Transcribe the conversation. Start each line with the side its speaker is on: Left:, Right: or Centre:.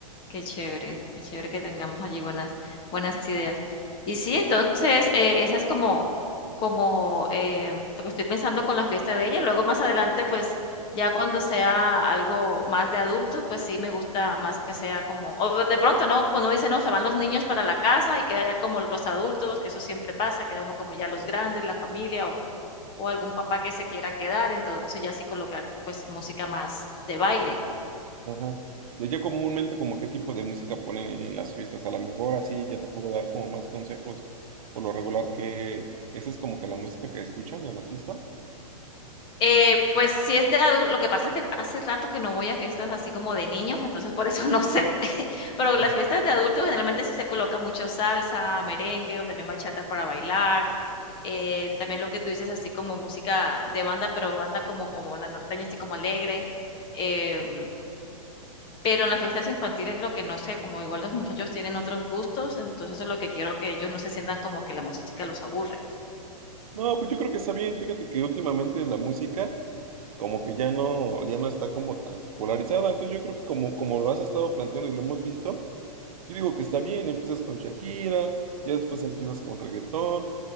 Left: Qué chévere, qué chévere que tengamos allí buenas, buenas ideas. Y sí, entonces, eh, esa es como, como eh, lo que estoy pensando con la fiesta de ella. Luego más adelante, pues ya cuando sea algo más de adultos, pues sí me gusta más que sea como, o de pronto, ¿no? Cuando dice, no, se van los niños para la casa y queda ya como los adultos, que eso siempre pasa, queda uno como ya los grandes, la familia, o o algún papá que se quiera quedar, entonces ya sí colocar pues música más de baile.
Right: Ajá. Y allá comúnmente como qué tipo de música ponen en las fiestas, a lo mejor así ya te puedo dar como más consejos por lo regular que esa es como que la música que escuchan en las fiestas.
Left: Eh, pues si es de adulto, lo que pasa es que hace rato que no voy a fiestas así como de niños, entonces por eso no sé. <laughs> Pero
Right: Ajá.
Left: las fiestas de adultos generalmente sí se coloca mucho salsa, merengue o también bachata para bailar. Eh, también lo que tú dices así como música de banda, pero banda como, como la norteña, así como alegre. em, Pero en las fiestas infantiles lo que no sé, como igual los muchachos tienen otros gustos, entonces es lo que quiero que ellos no se sientan como que la música los aburre.
Right: No, pues yo creo que está bien, fíjate que últimamente la música como que ya no, ya no está como tan polarizada, entonces yo creo que como, como lo has estado planteando y lo hemos visto, yo digo que está bien, empiezas con Shakira, ya después empiezas con reggaetón,